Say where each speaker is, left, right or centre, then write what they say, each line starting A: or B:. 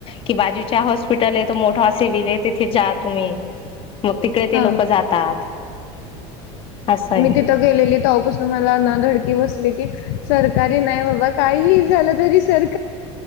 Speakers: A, on the left (about 40°); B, on the left (about 70°).
A: की बाजूच्या हॉस्पिटलमध्ये मोठा <unintelligible> तेथे जा तुम्ही मग तिकडे
B: हा
A: ते लोक जातात अस आहे
B: मी तिथं गेलेली मला ना धडकी बसली की सरकारी नाही बाबा काहीही झाल तरी सर